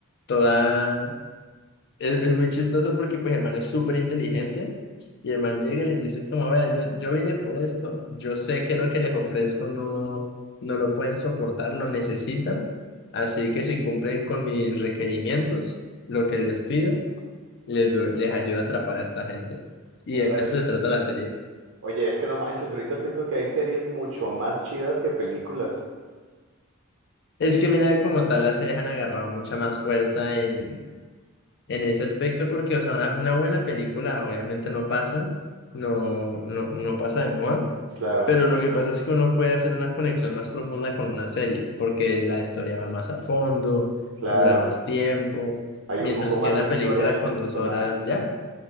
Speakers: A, on the left; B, on the right.
A: toda, es, es muy chistoso porque pues el man es súper inteligente y el man llega y le dice como, vea, yo, yo vine por esto, yo sé que lo que les ofrezco no, no lo pueden soportar, lo necesitan, así que si cumplen con mis requerimientos, lo que les pido les, doy- les ayuda a atrapar a esta gente. Y
B: Órale.
A: de eso se trata la serie.
B: Oye, es que no manches, ahorita siento que hay series mucho más chidas que películas.
A: Es que mira, como tal, las series han agarrado mucha más fuerza en, en ese aspecto, porque, o sea, una, una buena película obviamente no pasa, no, no, no pasa de moda,
B: Claro,
A: pero lo que pasa es que uno puede hacer una conexión más profunda con una serie, porque la historia va más a fondo,
B: claro.
A: dura más tiempo,
B: Hay
A: mientras
B: un poco más
A: que una
B: de historia
A: película
B: a los
A: con
B: personajes.
A: dos horas ya.